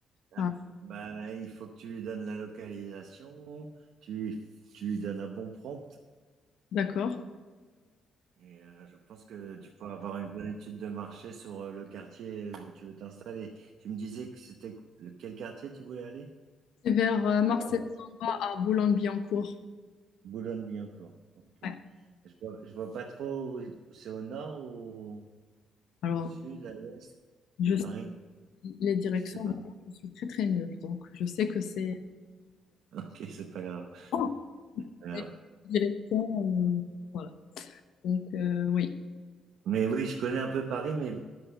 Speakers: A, on the right; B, on the left.
A: Après,
B: enfin,
A: bah, il faut que tu lui donnes la localisation, tu, lui tu lui donnes un bon prompt
B: d'accord.
A: Et euh, je pense que tu peux avoir une bonne étude de marché sur euh, le quartier où tu veux t'installer. Tu me disais que c'était le- quel quartier tu voulais aller?
B: C'est vers euh, Marseille-Samba
A: Pardon.
B: à Boulogne-Billancourt.
A: Boulogne-Billancourt. Ok.
B: Ouais.
A: Je vois, je vois pas trop où, où c'est au nord ou
B: Alors,
A: au sud, à l'ouest
B: je
A: de Paris.
B: sais les directions,
A: Je sais
B: vraiment,
A: pas. <laughs>
B: je suis très très nulle. Donc, je sais que c'est
A: Ok, c'est pas grave.
B: oh,
A: Pas grave.
B: les directions. euh, voilà. Donc, euh, oui.
A: Mais oui, je connais un peu Paris, mais